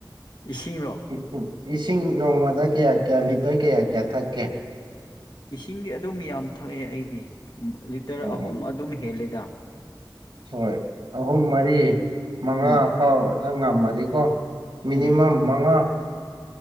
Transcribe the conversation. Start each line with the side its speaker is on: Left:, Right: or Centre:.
Left: ꯏꯁꯤꯡꯔꯣ
Right: ꯏꯁꯤꯡ ꯏꯁꯤꯡ ꯅꯣꯡꯃꯗ ꯀꯌꯥ ꯀꯌꯥ ꯂꯤꯇꯔ ꯀꯌꯥ ꯀꯌꯥ ꯊꯛꯀꯦ
Left: ꯏꯁꯤꯡꯗꯤ ꯑꯗꯨꯝ ꯌꯥꯝ ꯊꯛꯑꯦ ꯑꯩꯗꯤ ꯂꯤꯇꯔ
Right: ꯎꯝ
Left: ꯑꯍꯨꯝ
Right: ꯎꯝ
Left: ꯑꯗꯨꯝ ꯍꯦꯜꯂꯦꯗ
Right: ꯍꯣꯏ ꯑꯍꯨꯝ ꯃꯔꯤ ꯃꯉꯥ
Left: ꯎꯝ
Right: ꯐꯥꯎꯅ ꯉꯝꯃꯗꯤꯀꯣ ꯃꯤꯅꯤꯃꯝ
Left: ꯍꯣꯏ
Right: ꯃꯉꯥ